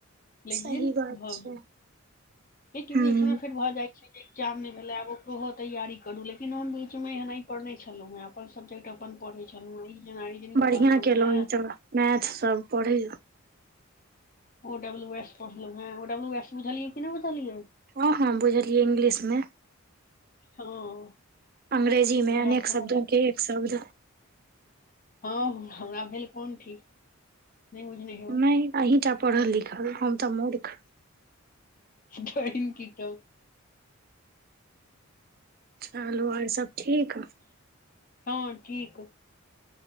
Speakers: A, on the left (about 40°); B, on the right (about 45°).
A: लेकिन
B: सही बात
A: भऽ
B: छै
A: गेल इीमे
B: हूं
A: फेर भऽ जाइ ्जाम नहि भेले आब ओकरो हो तैयारी करू लेकिन हम बिच एना पढ़ने छलहुं हे अपन सब्जेक्ट अपन पढ़े छलों है इ जेना इंजीनियरिंग
B: बढ़िया
A: पढ़लहुं
B: केलहुँ
A: हें
B: ई तऽ मैथ सब पढ़ै
A: ओ डब्लू एस पढ़लो ह ओ डब्लू एस बुझलियै की नहि बुझलियै
B: हँ हँ बुझलियै इंग्लिश मे
A: हँ
B: अंग्रेजीमे
A: तऽ उएह
B: अनेक
A: सब हमरा-
B: शब्दो के एक शब्द
A: हँ हमरा भेल कोन ठीक नहि बुझने हे
B: नहि अहींटा पढ़ल लिखल हम तऽ मूर्ख
A: जइन कीटौ <unintelligible>
B: चलू आर सब ठीक
A: हँ ठीक